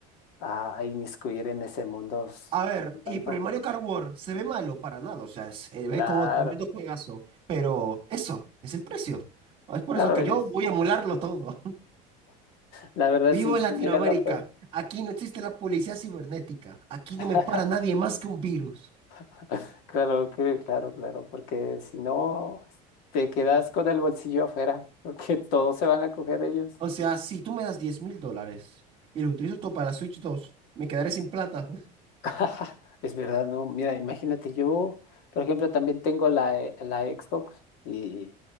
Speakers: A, on the left (about 60°); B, on the right (about 30°).
A: a, a inmiscuir en ese mundo s-
B: A ver,
A: tanto, tanto.
B: y pero el Mario Kart World se ve malo para nada, o sea, se ve
A: Claro,
B: como tremendo juegazo, pero eso es el precio. Es por
A: claro,
B: eso que
A: es,
B: yo voy a emularlo todo.
A: la
B: <laughs>
A: verdad,
B: Vivo
A: si,
B: en
A: si
B: Latinoamérica,
A: llega la... ope-
B: aquí no existe la policía cibernética, aquí no
A: <laughs>
B: me para nadie más que un virus.
A: <laughs> Claro, cre- claro, claro, porque si no, te quedas con el bolsillo afuera, <laughs> porque todos se van a coger ellos.
B: O sea, si tú me das diez mil dólares y lo utilizo todo para la Switch 2, me quedaré sin plata. <laughs>
A: <laughs> Es verdad, ¿no? Mira, imagínate, yo, por ejemplo, también tengo la, eh, la Xbox y,